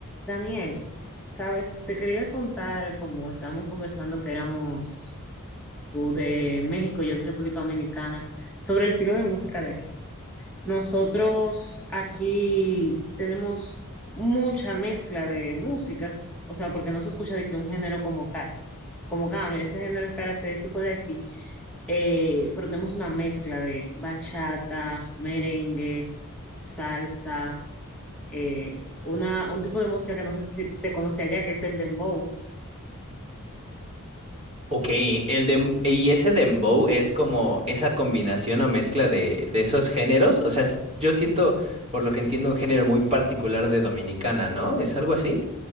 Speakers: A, in the centre; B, on the right.
A: Daniel, sabes, te quería contar, como estábamos conversando que éramos tú de México, yo de República Dominicana, sobre el estilo de música de aquí. Nosotros aquí tenemos mucha mezcla de músicas, o sea, porque no se escucha de que un género como tal, como que, ah, mira, este género es característico de aquí, eh, pero tenemos una mezcla de bachata, merengue, salsa eh, una, un tipo de música que no sé si se se conoce allá, que es el dembow.
B: Ok, el dem- y ese dembow es como esa combinación o mezcla de, de esos géneros. O sea, es- yo siento, por lo que entiendo, un género muy particular de Dominicana, ¿no? ¿Es algo así?